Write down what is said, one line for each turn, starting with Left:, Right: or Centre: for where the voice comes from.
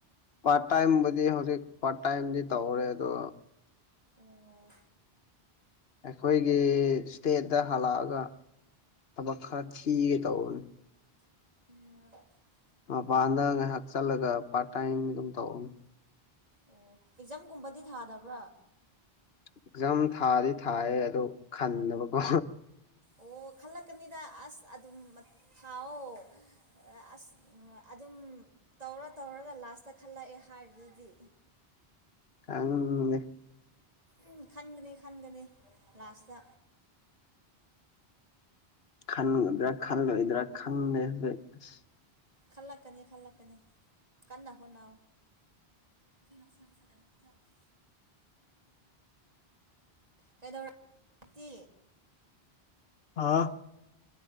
Left: ꯄꯥꯔꯠ ꯇꯥꯏꯝꯕꯨꯗꯤ ꯍꯧꯖꯤꯛ ꯄꯥꯔꯠ ꯇꯥꯏꯝꯗꯤ ꯇꯧꯔꯦ ꯑꯗꯣ
Right: ꯑꯣ
Left: ꯑꯩꯈꯣꯏꯒꯤ ꯏꯁꯇꯦꯠꯇ ꯍꯜꯂꯛꯑꯒ ꯊꯕꯛ ꯈꯔ ꯊꯤꯒꯦ ꯇꯧꯕꯅꯦ
Right: <unintelligible>
Left: ꯃꯄꯥꯟꯗ ꯉꯥꯏꯍꯥꯛ ꯆꯠꯂꯒ ꯄꯥꯔꯠ ꯇꯥꯏꯝ ꯑꯗꯨꯝ ꯇꯧꯅꯦ
Right: ꯑꯣ ꯑꯦꯛꯖꯥꯝꯒꯨꯝꯕꯗꯤ ꯊꯥꯗꯕ꯭ꯔꯥ
Left: ꯑꯦꯛꯖꯥꯝ ꯊꯥꯗꯤ ꯊꯥꯏꯌꯦ ꯑꯗꯨ ꯈꯟꯗꯕꯀꯣ
Right: ꯑꯣ ꯈꯜꯂꯛꯀꯅꯤꯗ ꯑꯁ ꯑꯗꯨꯝ ꯊꯥꯎꯑꯣ ꯑꯁ ꯑꯗꯨꯝ ꯇꯧꯔ ꯇꯧꯔꯒ ꯂꯥꯁꯇ ꯈꯜꯂꯛꯑꯦ ꯍꯥꯏꯔꯤꯗꯨꯗꯤ
Left: ꯈꯪꯗꯦ
Right: ꯎꯝ ꯈꯟꯒꯅꯤ ꯈꯟꯒꯅꯤ ꯂꯥꯁꯇ
Left: ꯈꯟꯒꯗ꯭ꯔꯥ ꯈꯜꯂꯣꯏꯗ꯭ꯔꯥ ꯈꯪꯗꯦ ꯇꯧꯏꯁꯦ ꯑꯁ
Right: ꯈꯜꯂꯛꯀꯅꯤ ꯈꯜꯂꯛꯀꯅꯤ ꯀꯟꯅ ꯍꯣꯠꯅꯧ <unintelligible> ꯀꯩꯗꯧꯔꯛ ꯇꯤ
Left: ꯍꯥꯥ